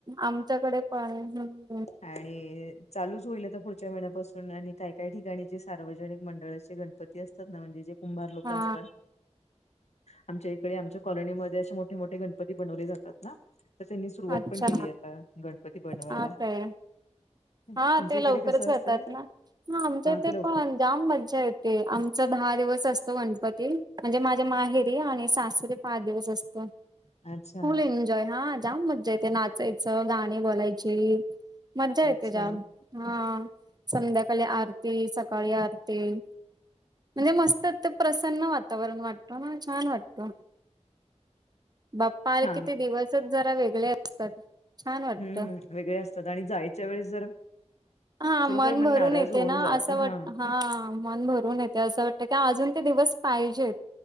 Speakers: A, on the right; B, on the left.
A: आमच्याकडे पण हम्म
B: आणि चालूच होईल आता पुढच्या महिन्यापासून आणि काय काय ठिकाणी जे सार्वजनिक मंडळाचे गण -पती असतात ना, म्हणजे जे कुंभार लोक
A: हा
B: असतात आमच्या इकडे आमच्या कॉलनीमध्ये असे मोठे मोठे गणपती बनवले जातात ना तर त्यांनी सुरुवात
A: अच्छा,
B: पण केली आहे आता गणपती बनवायला
A: हां काय
B: तुमच्या
A: हां ते
B: इकडे
A: लवकरच
B: कसं
A: येतात
B: असतंय
A: ना, हा आमच्या इथे
B: ते लवकर
A: पण जाम मज्जा ये -ते. आमचा दहा दिवस असतो गणपती म्हणजे माझ्या माहेरी आणि सासरी पाच दिवस असतो.
B: अच्छा
A: फुल एन्जॉय हां जाम मज्जा येते, नाचायचं गाणी बोलायची. मज्जा येते
B: अच्छा
A: जाम, हां संध्याकाली आरती सकाळी आरती. म्हणजे मस्तत प्रसन्न वातावरण वाटतो ना छान वाटतो. बाप्पा आले
B: हा
A: की ते दिवसच जरा वेगले असतात. छान वाटतं.
B: हम्म वेगळे असतात आणि जायच्या वेळेस जर
A: हां
B: खरोखर
A: मन भरून
B: नाराज
A: येते
B: होऊन
A: ना
B: जात
A: अस वाट
B: हा
A: हांआं मन भरून येते असं वाटतं काय अजून ते दिवस पाहिजेत.